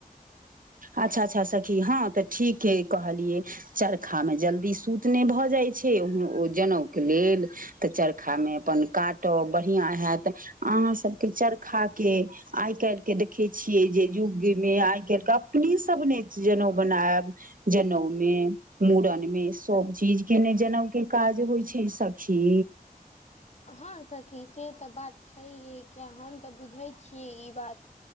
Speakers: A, on the right (about 65°); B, on the left (about 45°).
A: अच्छा अच्छा सखी हँ तऽ ठीक है कहलियै चरखामे जल्दी सूत नहि भऽ जाइ छै ओ जनउके लेल तऽ चरखामे अपन काटब बढ़ियाँ हैत अहाँ सबके चरखा के आइ काल्हिके देखै छियै जे युग मे आइ काल्हिके अहि सब ने जनउ बनायब जनउ मे मुड़न मे सब चीज के ने जनउ के काज होइ छै सखी
B: हाँ सखी से तऽ बात छैहे किया हम तऽ बुझै छियै ई बात